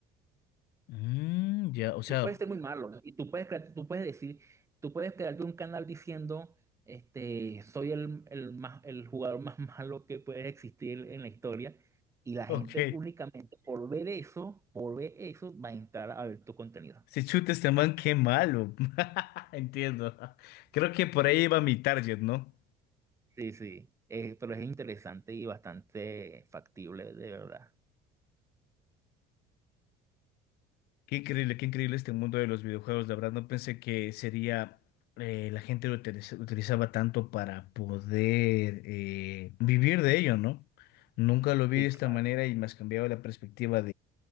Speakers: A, on the left; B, on the right.
A: Mm, ya, o sea,
B: Tú puedes ser muy malo y tú puedes, crear- tú puedes decir, tú puedes crearte un canal diciendo, este, soy el, el, más, el jugador más <laughs> malo que puede existir en la historia y la
A: ok.
B: gente únicamente por ver eso, por ver eso, va a entrar a ver tu contenido.
A: Si chuta este man, qué malo. <laughs> Entiendo. Creo que por
B: Sí.
A: ahí iba mi target, ¿no?
B: Sí, sí, Eh, pero es interesante y bastante factible, de verdad.
A: Qué increíble, qué increíble este mundo de los videojuegos. La verdad, no pensé que sería. eh, la gente lo utiliza- utilizaba tanto para poder eh, vivir de ello, ¿no? Nunca lo
B: Sí,
A: vi de esta
B: claro.
A: manera y me has cambiado la perspectiva